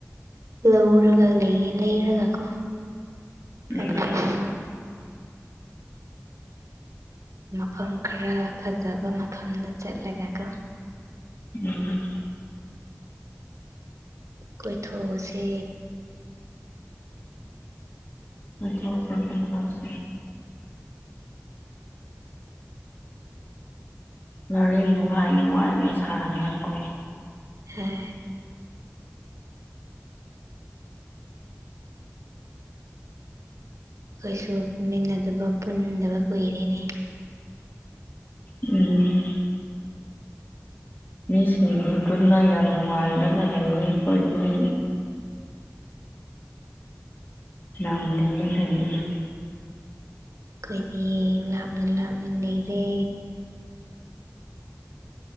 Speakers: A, on the right (about 70°); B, on the left (about 40°).
A: ꯂꯧꯔꯒ ꯂꯩꯌꯦ ꯂꯩꯔꯒ ꯀꯣ
B: ꯎꯝ
A: ꯀꯗꯥꯏꯅꯣ
B: <unintelligible>
A: ꯃꯐꯝ ꯈꯔ ꯐꯖꯕ ꯃꯐꯝꯗ ꯆꯠꯂꯒꯀꯣ
B: ꯎꯝ
A: ꯀꯣꯏꯊꯣꯛꯎꯁꯦ
B: ꯑꯁꯦꯊꯁꯦ ꯋꯥꯔꯤ ꯅꯨꯡꯉꯥꯏ ꯅꯨꯡꯉꯥꯏꯅ ꯁꯥꯟꯅꯔꯒꯀꯣ
A: ꯍꯝ ꯑꯩꯁꯨ ꯄꯨꯟꯃꯤꯟꯅꯗꯕ ꯄꯨꯟꯗꯕ ꯀꯨꯏꯔꯦꯅꯦ
B: ꯎꯝ ꯃꯤꯁꯤꯡꯗꯤ ꯄꯨꯟꯅ ꯌꯥꯝ ꯅꯨꯡꯉꯥꯏꯔꯒ ꯂꯩ ꯑꯩꯈꯣꯏꯗꯤ ꯅꯣꯡꯗꯤ ꯍꯥꯏꯕꯤꯅ
A: ꯑꯩꯈꯣꯏꯗꯤ ꯂꯥꯞꯅ ꯂꯥꯞꯅ ꯂꯩꯔꯦ